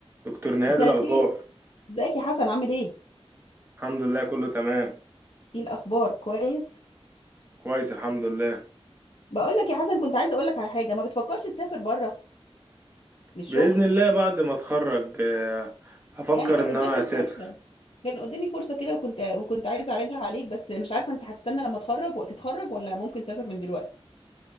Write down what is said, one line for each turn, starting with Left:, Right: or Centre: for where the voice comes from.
Right: دكتور نهاد
Left: مساء
Right: الأخبار
Left: الخير ازيك يا حسن عامل ايه
Right: الحمد لله كله تمام
Left: ايه الاخبار كويس
Right: كويس الحمد لله
Left: بقول لك يا حسن كنت عايزه اقول لك على حاجه ما بتفكرش تسافر بره للشغل
Right: بإذن الله بعد ما أتخرج آه، هفكر
Left: يعني كان
Right: إن
Left: قدامي
Right: أنا أسافر
Left: فرصه كان قدامي فرصه كده وكنت وكنت عايزه اعرضها عليك بس مش عارفه انت هتستنى لما تتخرج وقت تتخرج ولا ممكن تسافر من دلوقتي